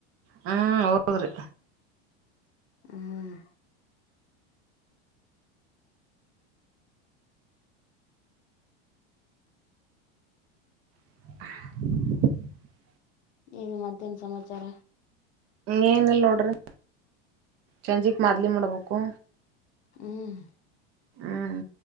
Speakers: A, on the right (about 45°); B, on the left (about 80°).
A: ಹ್ಮ ಹೌದ್ರಿ
B: ಹ್ಮ್
A: <inaudible>
B: ಇದು ಮಧ್ಯಾಹ್ನ ಸಮಾಚಾರ
A: ಏನಲ್ ನೋಡ್ರಿ ಚಂಜಿಕ್ ಮದ್ಲಿ ಮಾಡ್ಬೇಕು
B: ಹ್ಮ್
A: ಹ್ಮ್